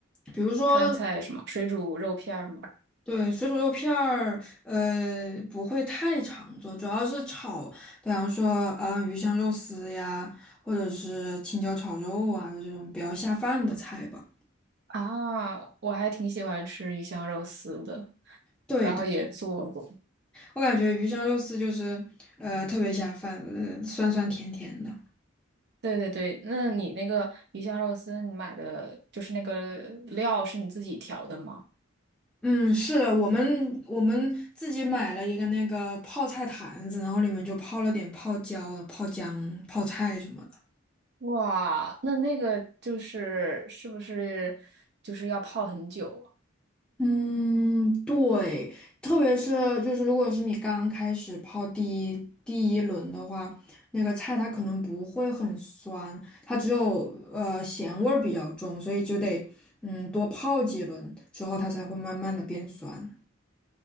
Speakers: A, in the centre; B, on the right.
A: 比如说
B: 川菜，什么水煮肉片儿吗？
A: 对水煮肉片儿，呃，不会太常做，主要是炒，比方说嗯鱼香肉丝呀，或者是青椒炒肉啊，就这种比较下饭的菜吧。
B: 啊，我还挺喜欢吃鱼香肉丝的，
A: 对对，
B: 然后也做过。
A: 我感觉鱼香肉丝就是呃特别下饭，呃酸酸甜甜的。
B: 对对对，那你那个鱼香肉丝，你买的就是那个料是你自己调的吗？
A: 嗯，是的，我们我们自己买了一个那个泡菜坛子，然后里面就泡了点泡椒、泡姜、泡菜什么的。
B: 哇，那那个就是是不是就是要泡很久啊
A: 嗯，对，特别是就是如果是你刚开始泡第一第一轮的话，那个菜它可能不会很酸，它只有呃咸味儿比较重，所以就得嗯多泡几轮之后它才会慢慢的变酸。